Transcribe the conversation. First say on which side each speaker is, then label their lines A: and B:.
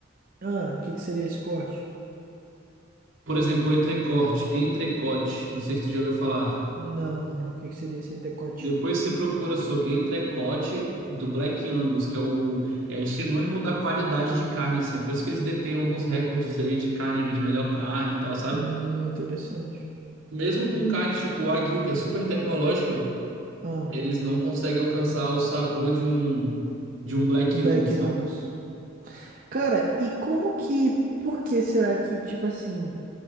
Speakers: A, on the right; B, on the right.
A: Ah, o que que seria esse corte?
B: Por exemplo, o entrecorte, entrecote. Não sei se tu já ouviu falar.
A: Não, não, não. O que que seria esse antecote?
B: Depois você procura sobre entrecote do Black Angus, que é o, é o sinônimo da qualidade de carne, assim. É Por isso que eles detêm alguns recordes aí de carne, de melhor carne e tal, sabe?
A: Hum, interessante.
B: Mesmo com carnes tipo Wagyu, que é super tecnológica,
A: Ah,
B: eles não conseguem alcançar o sabor de um, de um Black
A: Beck
B: Angus,
A: Angus.
B: sabe?
A: Cara, e como que. Por que será que, tipo assim.